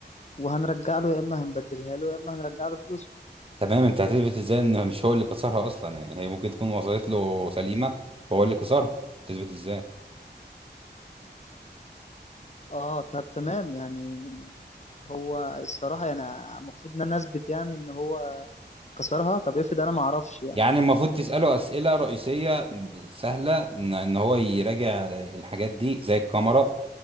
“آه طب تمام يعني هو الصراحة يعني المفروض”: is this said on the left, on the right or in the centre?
Left